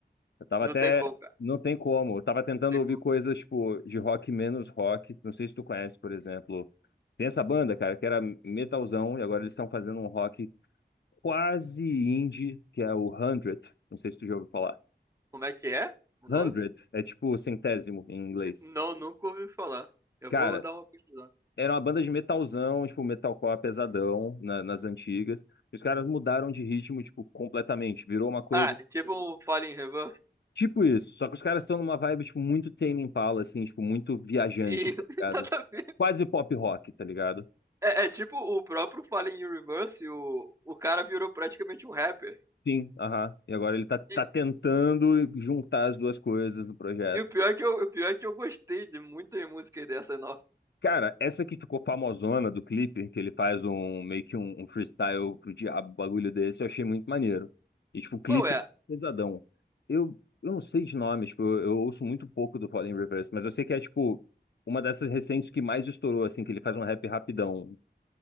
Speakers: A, on the left; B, on the right.
A: Eu tava
B: Não
A: até,
B: tem como, cara.
A: não tem como. Eu tava
B: Não
A: tentando
B: tem
A: ouvir
B: como.
A: coisas tipo de rock menos rock. Não sei se tu conhece, por exemplo, tem essa banda, cara, que era metalzão e agora eles estão fazendo um rock quase indie, que é o 100. Não sei se tu já ouviu falar.
B: Como é que é o nome?
A: Hundred é tipo centésimo em inglês.
B: Não, nunca ouvi falar. Eu
A: Cara,
B: vou dar uma pesquisada.
A: era uma banda de metalzão, tipo metalcore pesadão na- nas antigas. E os caras mudaram de ritmo, tipo, completamente. Virou uma coisa
B: Ah, é tipo um Fallen Reverse.
A: tipo isso. Só que os caras estão numa vibe, tipo, muito Tame Impala, assim, tipo, muito viajante,
B: Me...
A: tá
B: <laughs>
A: ligado?
B: Nada a ver.
A: Quase pop rock, tá ligado?
B: É, é tipo o próprio Fallen Reverse, o, o cara virou praticamente um rapper.
A: Sim, aham. E agora ele tá,
B: E,
A: tá tentando juntar as duas coisas no projeto.
B: e o pior é que eu, o pior é que eu gostei de muitas músicas dessa nova.
A: Cara, essa que ficou famosona do clipe, que ele faz um meio que um, um freestyle pro diabo, um bagulho desse, eu achei muito maneiro. E, tipo, o clipe
B: Qual é?
A: é pesadão. Eu, eu não sei de nomes, tipo, eu, eu ouço muito pouco do Fallen Reverse, mas eu sei que é, tipo, uma dessas recentes que mais estourou, assim, que ele faz um rap rapidão.